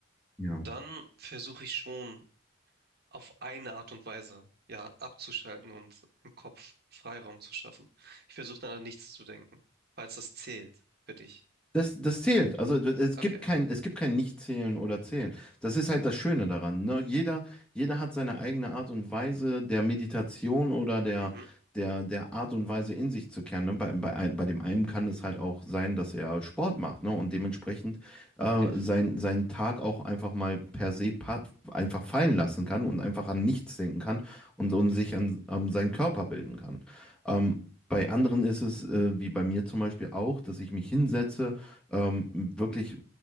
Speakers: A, in the centre; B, on the right.
A: Ja.
B: dann versuche ich schon auf eine Art und Weise, ja, abzuschalten und im Kopf Freiraum zu schaffen. Ich versuche dann an nichts zu denken, falls das zählt für dich.
A: Das, das zählt. Also es
B: Okay.
A: gibt kein, es gibt kein Nicht-Zählen oder Zählen. Das ist halt das Schöne daran. Ne? Jeder, jeder hat seine eigene Art und Weise der Meditation oder der,
B: Mhm.
A: der, der Art und Weise in sich zu kehren. Ne? Bei, bei, bei dem einen kann es halt auch sein, dass er Sport macht, ne? Und dementsprechend äh,
B: Safe.
A: sein,
B: Ich
A: seinen Tag auch einfach mal per se pa einfach fallen lassen kann und einfach an nichts denken kann und, und sich an, an seinen Körper bilden kann. Ähm, Bei anderen ist es, äh, wie bei mir zum Beispiel auch, dass ich mich hinsetze, ähm, wirklich